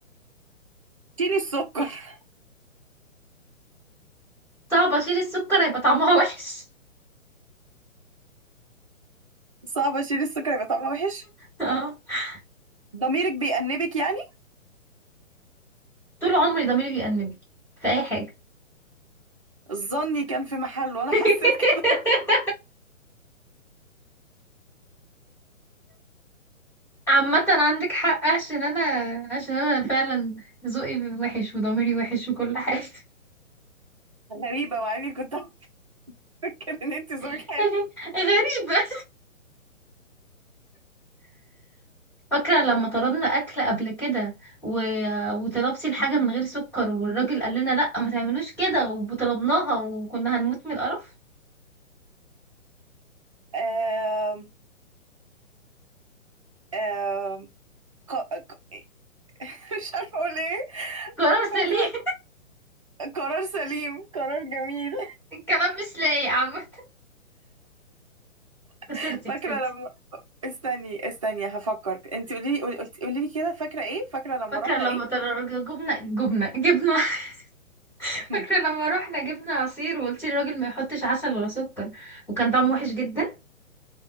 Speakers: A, on the right (about 25°); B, in the centre.
A: شيلي السكر
B: صعب اشيل السكر هيبقى طعمها وحش
A: صعب اشيل السكر يبقى طعمها وحش
B: <laughs>
A: ضميرك بيأنبك يعني
B: طول عمري ضميري بيأنبني في اي حاجه
A: ظني كان في محله وانا
B: <laughs>
A: حسيت كده
B: عامة عندك حق عشان انا عشان انا فعلا ذوقي وحش وضميري وحش وكل حاجة
A: <laughs> غريبة مع اني كنت هفكر ان انتي ذوقك
B: <laughs>
A: حلو
B: غريبة فاكرة لما طلبنا أكل قبل كده و... وطلبتي الحاجة من غير سكر والراجل قال لنا لأ ما تعملوش كده وطلبناها وكنا هنموت من القرف
A: آم آم ق... ق... <laughs> مش عارفة اقول ايه
B: قرار
A: فاكرة
B: سليم
A: قرار سليم قرار جميل
B: <laughs> الكلام مش لايق عامة خسرتي
A: <laughs> فاكرة
B: خسرتي
A: لما استني استني هفكر انت قولي لي قولي لي كده فاكره ايه فاكره لما
B: فاكرة
A: رحنا
B: لما
A: ايه
B: طل- جبنا جبنا جبنا <laughs>
A: <laughs>
B: فاكرة لما روحنا جبنا عصير وقلتي للراجل ما يحطش عسل ولا سكر وكان طعمه وحش جدا